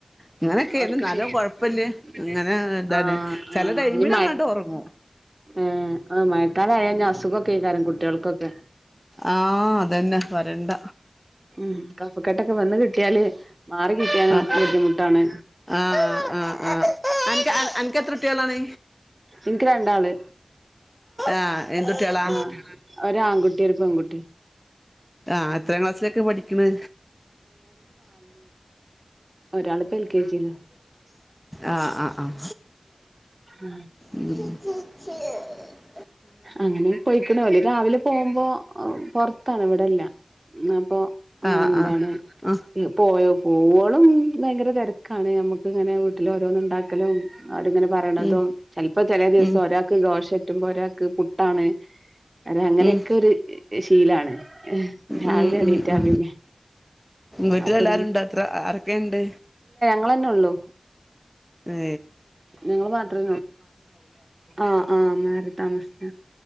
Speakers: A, in the centre; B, on the right.
A: അങ്ങനൊക്കെയാണ്
B: അവർക്ക്
A: എന്നാലും
B: <unintelligible>
A: കൊഴപ്പല്ല അങ്ങനെ എന്താണ്
B: ആഹ്
A: ചെല
B: ആഹ്
A: ടൈമില്
B: ഇഞ്
A: അങ്ങട്ട് ഒറങ്ങും
B: ഏഹ് മഴക്കാലായ അസുഖൊക്കേക്കാരം കുട്ട്യേൾക്കൊക്കെ
A: ആഹ് അതന്നെ പറണ്ട
B: ഉം കപ്പക്കെട്ടൊക്കെ വന്ന് കിട്ടിയാല് മാറി കിട്ടിയാന്
A: ആഹ്
B: ബുദ്ധിമുട്ടാണ്
A: ആഹ് ആഹ് ആഹ് അനക്ക് അനക്ക് എത്ര കുട്ടികളാണ്
B: ഇൻക്ക് രണ്ടാള്
A: ആഹ് എന്തുട്ടികളാ
B: ആഹ് ഒരാൺകുട്ടി ഒരു പെൺകുട്ടി
A: ആഹ് എത്രാം ക്ലാസ്സിലൊക്കെ പഠിക്ക്ണ്
B: ഒരാള്പ്പെ എൽ കെ ജില്
A: ആഹ് ആഹ് ആഹ്
B: ആഹ്
A: ഉം ശക്ഷേ <unintelligible>
B: അങ്ങനെ പോയിക്കണ പോലേ രാവിലെ പോകുമ്പോ പുറത്താണ് ഇവിടെല്ല ആ അപ്പോ
A: ആഹ്
B: എന്താണ്
A: ആഹ് ആഹ്
B: പോയോ പോളും ഭയങ്കര തിരക്കാണ് നമ്മുക്ക് ഇങ്ങനെ വീട്ടില ഓരോന്ന ഉണ്ടാക്കലും അവിടെങ്ങനെ പറയണതും
A: ഉം
B: ചിലപ്പോ ചില ദിവസം
A: ഉം
B: ഒരാൾക്ക്ഘോഷ അത്ത്പ <unintelligible> പുട്ടാണ് അത് അങ്ങനെയൊക്കെ
A: ഉം
B: ഒരു ശീലാണ് രാവിലെ
A: ഉം
B: എണീറ്റാ
A: ഉ ഉ
B: പിന്നെ
A: വീട്ടില
B: അപ്പൊ
A: എല്ലരുണ്ട് അത്ര ആരൊക്കെുണ്ട്
B: അങ്ങന്നെ ഉള്ളൂ
A: ഏ
B: ഞങ്ങള് മാത്രേ ആഹ ആഹ മാറി താമസിച്ച